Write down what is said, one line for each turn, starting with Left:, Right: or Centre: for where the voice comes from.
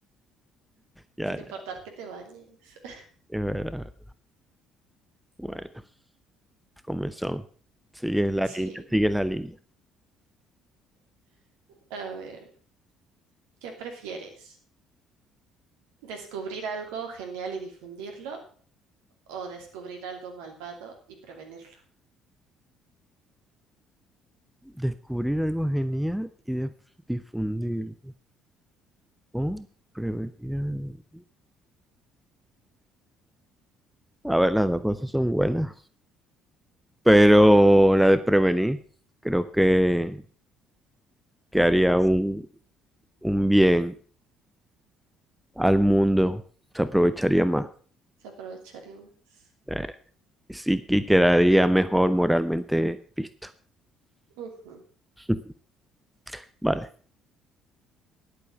Centre: Ya,
Right: sin
Centre: ya,
Right: importar que te bañes. <laughs>
Centre: es verdad. Bueno, comenzó. Sigue la
Right: Sí,
Centre: línea, sigue la línea.
Right: a ver, ¿qué prefieres? ¿Descubrir algo genial y difundirlo o descubrir algo malvado y prevenirlo?
Centre: Descubrir algo genial y de- difundir. O prevenir. algo. A ver, las dos cosas son buenas. Pero la de prevenir, creo que, que haría un, un bien al mundo. Se aprovecharía más.
Right: Se aprovecharíamos.
Centre: Eh, y sí que quedaría mejor moralmente visto.
Right: Ujú.
Centre: <laughs> Vale.